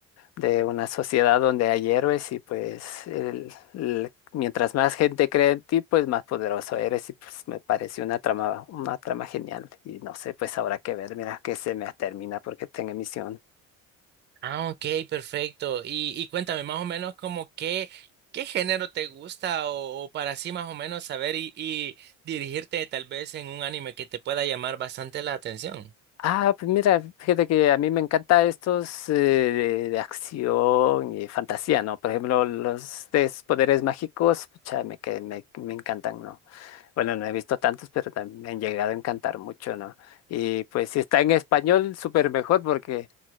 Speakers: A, on the left; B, on the right.
A: de una sociedad donde hay héroes y pues el- el- mientras más gente cree en ti, pues más poderoso eres y pues me pareció una trama, una trama genial y no sé, pues habrá que ver, mira que se me termina porque tengo emisión.
B: Ah, ok, perfecto. Y, y cuéntame más o menos como qué, qué género te gusta o, o para así más o menos saber y, y dirigirte tal vez en un anime que te pueda llamar bastante la atención.
A: Ah, pues mira, fíjate que a mí me encanta estos eh, de, de acción y fantasía, ¿no? Por ejemplo, los de esos poderes mágicos, pucha, me, que me, me encantan, ¿no? Bueno, no he visto tantos, pero también me han llegado a encantar mucho, ¿no? Y pues si está en español, súper mejor porque